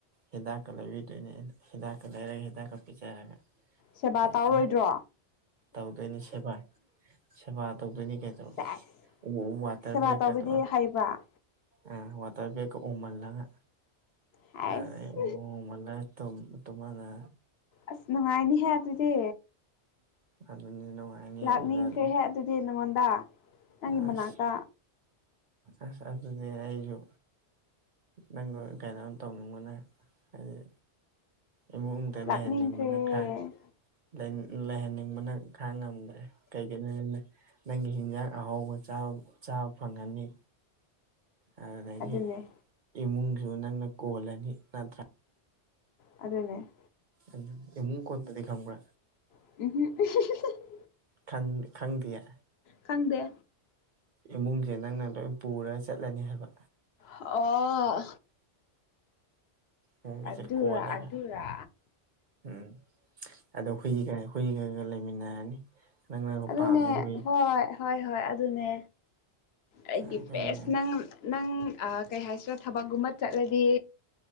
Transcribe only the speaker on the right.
ꯍꯤꯗꯥꯛꯀ ꯂꯩꯕꯤꯗꯨꯏꯅꯦ ꯑꯗꯨ ꯍꯤꯗꯥꯛꯀ ꯂꯩꯔꯒ ꯍꯤꯗꯥꯛꯀ ꯄꯤꯖꯔꯒ
ꯐꯖꯅ
ꯇꯧꯗꯣꯏꯅꯤ ꯁꯦꯕꯥ ꯁꯦꯕꯥ ꯇꯧꯗꯣꯏꯅꯤ ꯀꯩꯗꯧꯔꯒꯦ
ꯋꯥꯇꯔ
ꯕꯦꯛꯀꯗꯣ
ꯑꯥ ꯋꯥꯇ꯭ꯔ ꯕꯦꯛꯀ ꯑꯣꯝꯃꯜꯂꯒ
ꯑꯗꯩ ꯑꯣꯝꯍꯜꯂ ꯇꯨꯝ ꯇꯨꯝꯃꯜꯂ
ꯑꯗꯨꯅꯤ ꯅꯨꯡꯉꯥꯏꯅꯤ
ꯑꯗꯨꯗ ꯑꯗꯨꯝ
ꯑꯁ
ꯑꯁ ꯑꯗꯨꯅꯦ ꯑꯩꯖꯨ ꯅꯪꯒ ꯀꯩꯅꯣ ꯇꯧꯅꯤꯡꯕꯅ ꯍꯥꯏꯗꯤ ꯏꯃꯨꯡꯗ
ꯂꯩꯍꯟꯅꯤꯡꯕꯅ <unintelligible> ꯂꯩ ꯂꯩꯍꯟꯅꯤꯡꯕꯅ ꯈꯥꯡ ꯉꯝꯗ꯭ꯔꯦ ꯀꯩꯒꯤꯅꯣꯅ ꯅꯪꯒꯤ ꯍꯤꯟꯖꯥꯡ ꯑꯍꯥꯎꯕ ꯆꯥ ꯆꯥꯕ ꯐꯪꯉꯅꯤ ꯑꯗꯨꯗꯒꯤ
ꯏꯃꯨꯡꯖꯨ ꯅꯪꯅ ꯀꯣꯜꯂꯅꯤ ꯅꯠꯇ꯭ꯔꯥ
ꯑꯗꯨ ꯏꯃꯨꯡ ꯀꯣꯟꯕꯗꯤ ꯈꯪꯕ꯭ꯔꯥ
ꯈꯟ ꯈꯪꯗꯤꯌꯦ
ꯏꯃꯨꯡꯖꯦ ꯅꯪꯅ ꯂꯣꯏ ꯄꯨꯔ ꯆꯠꯂꯅꯤ ꯍꯥꯏꯕ
<unintelligible> ꯒꯥꯁꯦ
ꯀꯣꯜꯂꯒ
ꯎꯝ ꯑꯗꯣ ꯍꯨꯏꯒꯥ ꯍꯨꯏꯒꯥꯒ ꯂꯩꯃꯤꯟꯅꯔꯅꯤ ꯅꯪꯅꯒ
ꯄꯥꯝꯃꯤ ꯍꯨꯏ
ꯍꯌꯦꯡ